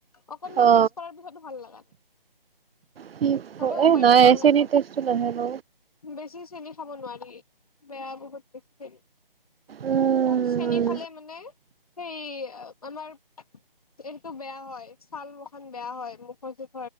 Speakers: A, on the left (about 40°); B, on the right (about 80°).
A: অকমান
B: অ'
A: মিক্স কৰাৰ পিছতো ভাল লগা নাই,
B: কি
A: হলেও
B: এ
A: উপায়
B: নাই
A: খাব লাগিব,
B: চেনি টেষ্টটো নাহে ন।
A: বেছি চেনি খাব নোৱাৰি <unintelligible> বেছি চেনি
B: উম
A: আৰু চ্ৰেণী ফালে মানে সেই আমাৰ, এইটো বেয়া হয়, ছাল বখান বেয়া হয় মুখৰ য